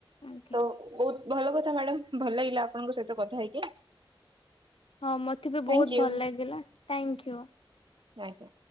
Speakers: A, on the left; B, on the right.
A: ଆଜ୍ଞା
B: ତ ବହୁତ ଭଲ କଥା ମ୍ୟାଡାାମ୍। ଭଲ ଲାଗିଲା ଆପଣଙ୍କ ସହିତ କଥା ହେଇକି।
A: ହଁ ମୋତେ ବି
B: ଥ୍ୟାଙ୍କ
A: ବହୁତ
B: ୟୁ
A: ଭଲ ଲାଗିଲା ଥ୍ୟାଙ୍କ ୟୁ।
B: ଆଜ୍ଞା।